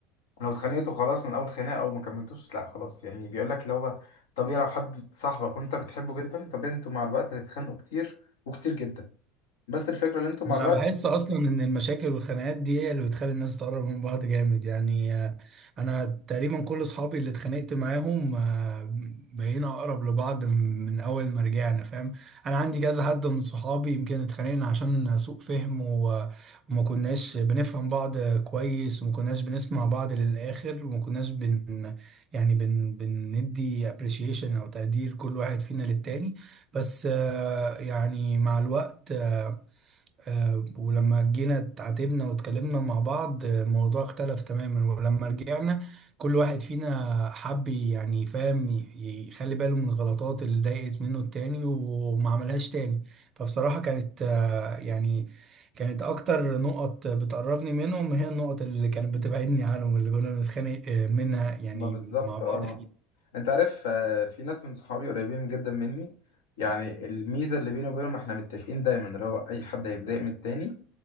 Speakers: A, on the left; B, on the right.
A: لو اتخانقتوا خلاص من اول خناقه او ما كملتوش لا خلاص يعني بيقول لك اللي هو طبيعي لو حد صاحبك وانت بتحبه جدا طبيعي انتوا مع الوقت هتتخانقوا كتير وكتير جدا بس الفكره ان انتوا
B: انا
A: مع الوقت
B: بحس اصلا ان المشاكل والخناقات دي هي اللي بتخلي الناس تقرب من بعض جامد يعني آه، انا تقريبا كل اصحابي اللي اتخانقت معاهم آه، بقينا اقرب لبعض من من اول ما رجعنا فاهم انا عندي كذا حد من صحابي يمكن اتخانقنا عشان سوء فهم و- وما كناش بنفهم بعض كويس وما كناش بنسمع بعض للاخر وما كناش بن يعني بن بندي appreciation او تقدير كل واحد فينا للتاني بس آه، يعني مع الوقت آه، آه، ولما جينا اتعاتبنا واتكلمنا مع بعض آه، الموضوع اختلف تماما ولما رجعنا كل واحد فينا حب يعني فاهم ي- يخلي باله من الغلطات اللي ضايقت منه التاني وما عملهاش تاني فبصراحة كانت آه، يعني كانت أكتر نقط بتقربني منهم هي النقط اللي كانت بتبعدني عنهم اللي كنا بنتخانق آه، منها يعني
A: ما بالظبط
B: مع بعض
A: اه انت عارف آه، في ناس من صحابي قريبين جدا مني يعني الميزه اللي بيني وبينهم احنا متفقين دايما اللي هو اي حد هيتضايق من التاني